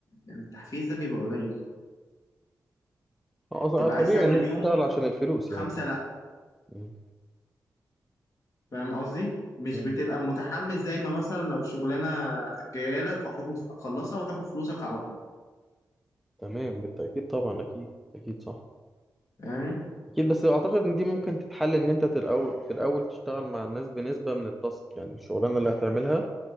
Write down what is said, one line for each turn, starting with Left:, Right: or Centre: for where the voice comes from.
Left: يعني التحفيز ده بيبقى قليل
Centre: آه، أصلا
Left: بتبقى
Centre: آه، طبيعي
Left: عايز تعمل
Centre: إن أنت
Left: يوم
Centre: تشتغل عشان الفلوس
Left: خمسة
Centre: يعني
Left: لأ
Centre: مم.
Left: فاهم قصدي؟ مش
Centre: مم.
Left: بتبقى متحمس زي ما مثلا لو شغلانة جاية لك وهتاخد هتخلصها وهتاخد فلوسك على طول
Centre: تمام بالتأكيد طبعا أكيد أكيد صح
Left: فاهمني؟
Centre: أكيد بس أعتقد إن دي ممكن تتحل إن أنت الأول في الأول تشتغل مع الناس بنسبة من التاسك يعني الشغلانة اللي هتعملها